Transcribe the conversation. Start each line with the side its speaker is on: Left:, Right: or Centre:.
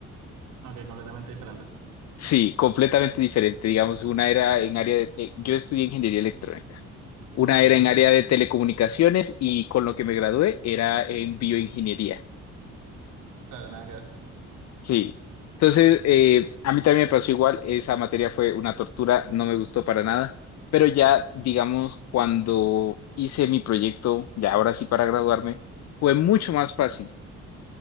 Right: ok, completamente diferente.
Left: Sí, completamente diferente. Digamos, una era en área de... eh, yo estudié ingeniería electrónica. Una
Right: Ok,
Left: era en área de telecomunicaciones y con lo que me gradué era en bioingeniería.
Right: claro, nada que ver.
Left: Sí. Entonces, eh, a mí también me pasó igual, esa materia fue una tortura, no me gustó para nada, pero ya, digamos, cuando hice mi proyecto, ya ahora sí para graduarme, fue mucho más fácil.